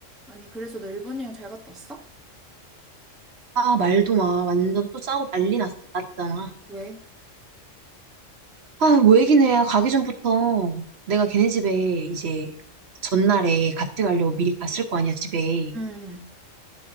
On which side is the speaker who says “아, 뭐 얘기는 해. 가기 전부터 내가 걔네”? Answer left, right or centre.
Right